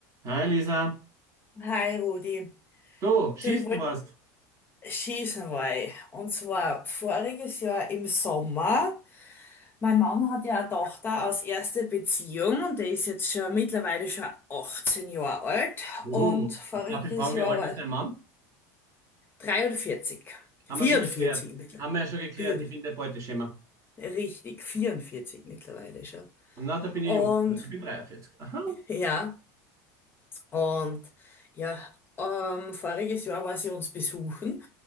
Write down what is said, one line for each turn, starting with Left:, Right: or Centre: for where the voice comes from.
Right: Hi Lisa,
Left: Hi Rudi,
Right: du, schießen
Left: du, ich wollte
Right: warst.
Left: schießen, weil, und zwar voriges Jahr im Sommer, mein Mann hat ja eine Tochter aus erster Beziehung und der ist jetzt schon mittlerweile schon 18 Jahre alt
Right: Oh,
Left: und voriges
Right: darf ich fragen,
Left: Jahr
Right: wie alt
Left: war
Right: ist dein Mann?
Left: 43,
Right: Haben
Left: 44
Right: wir schon geklärt.
Left: mittlerweile,
Right: Haben wir ja schon geklärt,
Left: vier,
Right: ich bin der Beuteschema.
Left: richtig, 44 mittlerweile schon.
Right: Na, da bin
Left: Und
Right: ich jung, ich bin 43. Aha.
Left: ja, und ja, ähm, voriges Jahr war sie uns besuchen.